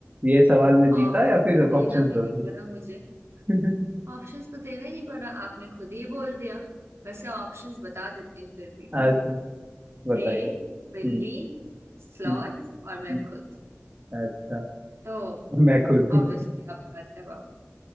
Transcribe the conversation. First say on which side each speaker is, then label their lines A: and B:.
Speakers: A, on the right; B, on the right.
A: ये सवाल मैं जीता
B: ऑप्शन
A: या
B: तो
A: फिर
B: देना
A: ऑप्शंस
B: भी
A: दोगी
B: नहीं पड़ा मुझे
A: <laughs>
B: ऑप्शंस तो देना ही नहीं पड़ा आपने खुद ही बोल दिया वैसे ऑप्शंस बता देती हूँ फिर भी
A: अच्छा बताइए
B: शेर बिल्ली
A: हम्म
B: स्लॉथ
A: हम्म
B: और मैं
A: हम्म,
B: खुद
A: अच्छा
B: तो
A: मैं खुद हूँ
B: ऑब्वियसली आपका जवाब